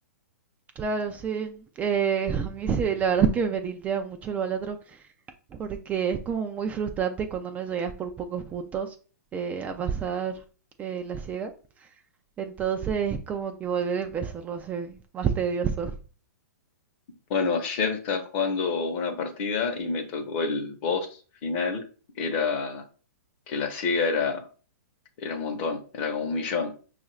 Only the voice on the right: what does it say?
Claro, sí. Eh, <laughs> a mí sí, la verdad es que me tiltea mucho el balatro, porque es como muy frustrante cuando no llegas por pocos puntos eh, a pasar eh, la ciega. Entonces, como que volver a empezarlo hace más tedioso.